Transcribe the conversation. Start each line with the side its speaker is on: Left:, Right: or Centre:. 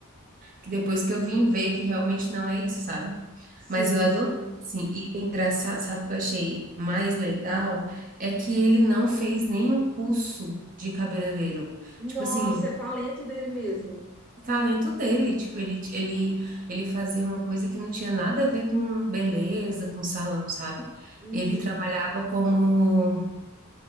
Right: que depois que eu vim ver que realmente não é isso, sabe?
Centre: Sim,
Right: Mas eu adorei,
Centre: sim.
Right: assim, e o engraçado, sabe o que eu achei mais legal? É que ele não fez nenhum curso de cabeleireiro.
Centre: Nossa,
Right: Tipo assim,
Centre: é talento dele mesmo.
Right: é talento dele,
Centre: Sim.
Right: tipo, ele, ele, ele fazia uma coisa que não tinha nada a ver com beleza, com salão, sabe?
Centre: Uhum.
Right: Ele trabalhava como...